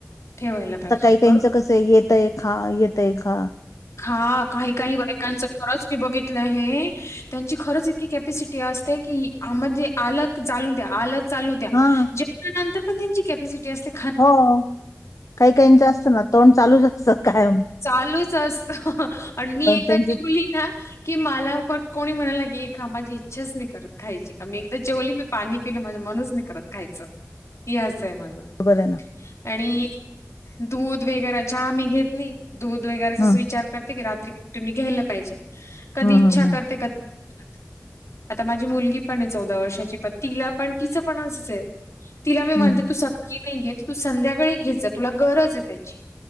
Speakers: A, on the left; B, on the left.
A: ठेवायला पाहिजे
B: आतां कांहीं
A: बरोबर
B: काहींचं कसं येतंय आहे खां येतंय आहे खां
A: हां कांहीं कांहीं बाईकांचं खरंच मी बघितं तलं हे त्यांची खरंच इंतकी कॅपिसिटी असतें की म्हणजे आलं की चालूं द्यां आलं चालूं द्या
B: हां.
A: जेवल्यानंतर पणं त्यांची कॉपीसीटी असतें
B: हो काहीं काहीचं असतं ना तोंड चालूचं असतं कायमं.
A: चालूंचं असतं आणि मी एकदां
B: त्यांचीच
A: जेवली नां कि मलां पणं कोणी म्हंणाल हे खां माझी इच्छांच नाहीं करतं खांयची कां मी एकदां जेवली ना पाणी पिलं माझं मनचं नाहीं करतं खांयचं हे असं आहे माझं
B: बरं नां
A: आणि दूधं वेगैरें चहां मी घेतं नाहीं दूध वगैरेंचा जसं
B: हं.
A: विचांर करतें की रात्रीचे मी घ्यायंला पाहिजे कधीं
B: हं,
A: इच्छां
B: हं, हं,
A: करतें कधीं <unintelligible> आतां मांझी मुलंगी पणं आहे चौदा वर्षांची पणं तिलां पणं तिचं पणं असचं आहे तिलां मी म्हणते
B: हं.
A: तूं सकाळीं नाहीं घेतं तूं संध्याकांळी घेतं जां तुलां गरंज आहे त्यांची